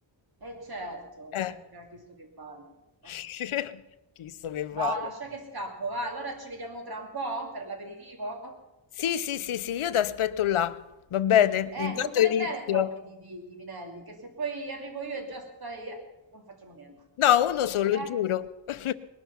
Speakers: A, on the right; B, on the left.
A: E certo, <laughs>
B: Eh.
A: eh, ha chiesto che balli. Eh.
B: <laughs> Chissà che vale.
A: Va, lascia che scappo, va. Allora ci vediamo tra un po' per l'aperitivo.
B: Sì, sì, sì, sì, io ti aspetto là, va bene? Intanto
A: Eh, non te
B: inizio.
A: ne bere troppi di, vi- di vinelli, che se poi arrivo io e già stai... eh, non facciamo niente.
B: No, uno solo,
A: Ok?
B: giuro. <laughs>